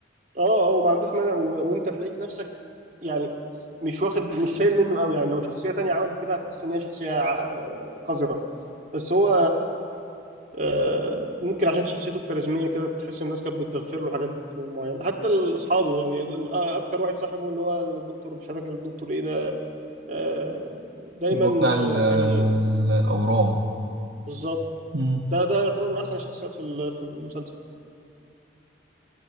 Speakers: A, on the right; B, on the right.
A: اه هو ما عندوش مانع و... وانت تلاقيك نفسك يعني مش واخد مش شايل منه قوي يعني لو شخصية تانية عملت كده هتحس ان هي شخصية ع- قذرة بس هو آه، ممكن عشان شخصيته الكاريزمية كده تحس الناس كانت بتغفر له حاجات معينة حتى ال- اصحابه يعني ال- آه، اكتر واحد صاحبه اللي هو الدكتور مش فاكر الدكتور ايه ده آه، دايما
B: اللي هو بتاع
A: آه،
B: ال- ال-
A: كان ي-
B: الاورام
A: بالظبط
B: مم.
A: ده ده يعتبر من احسن الشخصيات في ال- في المسلسل